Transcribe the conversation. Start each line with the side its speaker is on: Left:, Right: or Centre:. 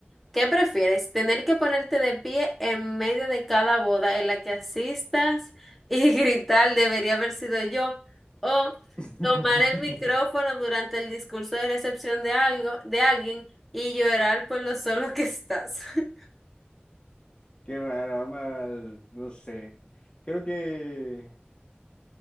Centre: ¿Qué prefieres? ¿Tener que ponerte de pie en medio de cada boda en la que asistas y <laughs> gritar debería haber sido yo? ¿O
Left: <laughs>
Centre: tomar el micrófono durante el discurso de recepción de algo, de alguien y llorar por lo solo que estás? <laughs>
Left: Qué raro, ambas, no sé. Creo que...